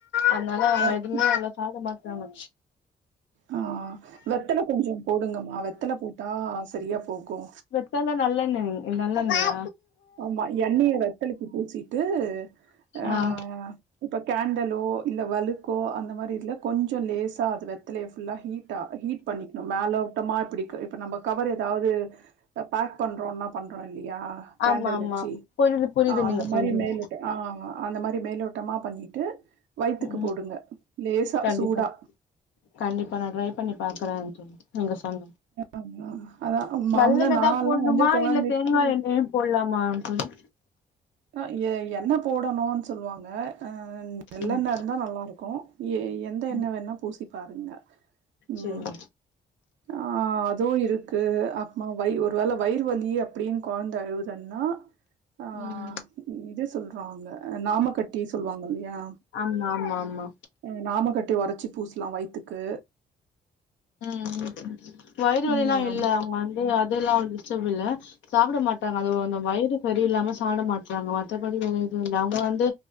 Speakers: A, on the left; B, on the right.
A: அதுனால அவங்க
B: வெத்-
A: எதுவுமே அவ்ளவா சாப்ட மாட்றாங்க
B: ஆ வெத்தல கொஞ்சோ போடுங்கமா வெத்தல போட்டா சரியா போகு
A: வெத்தல நல்லெண்ணெய் நல்லெண்ணையா
B: ஆமா எண்ணெய வெத்தலைக்கு பூசிட்டு ஆஹ்
A: ஆ
B: இப்ப கேண்டலோ இல்ல வலுக்கோ அந்த மாரி இதுல கொஞ்சோ லேஸா அது வெத்தலய ஃபுல்லா ஹீட் டா ஹீட் பண்ணிக்ணு மேலோட்டமா இப்டிக் இப்ப நம்ம கவர் எதாவது த பேக் பண்றோனக பண்றோ இல்லையா கேண்டல்
A: ஆமா ஆமா
B: வச்சி
A: புரியுது புரியுது
B: ஆ அந்த
A: நீங்க சொல்றது
B: மாரி மேல ஆஹ் அந்த மாரி மேலோட்டமா பண்ணி ட்டு வயித்துக்கு
A: ம்
B: போடுங்க லேசா
A: கண்டிப்பா
B: சூடா
A: கண்டிப்பா நா ட்ரை பண்ணி பாக்குறேச்சி நீங்க சொன்
B: ஆமா அதான் மாமூலா
A: நல்லெண்ணதா
B: நான்லாம்
A: போடணுமா
B: வந்து கொழந்தைக்கு
A: இல்ல தேங்கா எண்ணெயே போட்லாமா தோழி
B: ஆ எ என்ன போடணூன் சொல்லுவாங்க ஆ நெல்லண்ண
A: ம்
B: இருந்தா நல்லாருக்கு ஏ எந்த எண்ணெ
A: ம்
B: வேணா பூசி பாருங்க உம்
A: சேரிங்க
B: ஆ அதுவு இருக்கு அப்மா வய் ஒரு வேள வயிறு வலி அப்டின் கொழந்த அழுவுது தன்னா ஆஹ்
A: ம்
B: இது சொல்றோல்ல நாமக்கட்டி சொல்வாங்க இல்லையா
A: ஆமா ஆமா ஆமா
B: ம் நாமக்கட்டி ஒரச்சி பூசலா வயித்துக்கு
A: உம் வயிறு வலிலா
B: ம்
A: இல்ல அவங்க வந்து அதுல்லா டிஸ்டப் இல்ல சாப்புட மாட்றாங்க அதுவ் அந்த வயிறு சரியில்லாம சாப்ட மாட்றாங்க மத்த படி வேற எதுவு இல்ல அவங்க வந்து